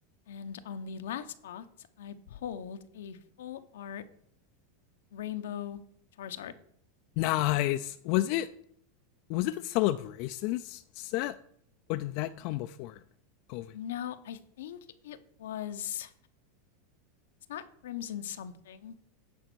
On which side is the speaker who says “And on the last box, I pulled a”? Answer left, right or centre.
Left